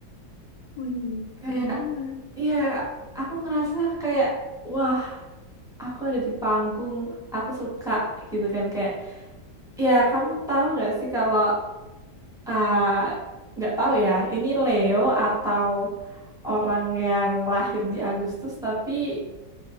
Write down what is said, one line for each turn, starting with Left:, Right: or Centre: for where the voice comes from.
Left: wih,
Centre: Kayak,
Left: keren banget.
Centre: ya aku ngerasa kayak, wah aku ada di panggung, aku suka gitu kan. Kayak, ya kamu tahu nggak sih kalau Ah, nggak tahu ya, ini Leo atau orang yang lahir di Agustus, tapi